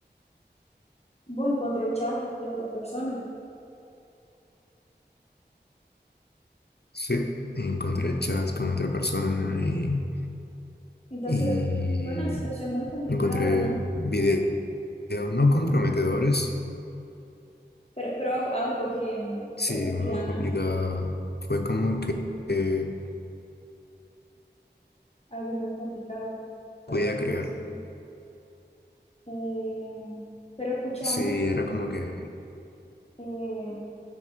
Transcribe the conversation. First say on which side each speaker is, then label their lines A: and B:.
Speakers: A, on the left; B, on the left.
A: ¿Vos encontró chat de otra persona?
B: Sí, encontré chats con otra persona y,
A: Entonces
B: y
A: fue una situación muy complicada,
B: encontré
A: ¿no?
B: videos no comprometedores.
A: Pero, pero algo, algo que mm,
B: Sí,
A: te dolía,
B: muy
A: ¿no?
B: complicada. Fue como que eh,
A: Algo muy complicado, por
B: podía
A: así
B: creer.
A: decir. Eh, pero escúchame,
B: Sí, era como que...
A: eh,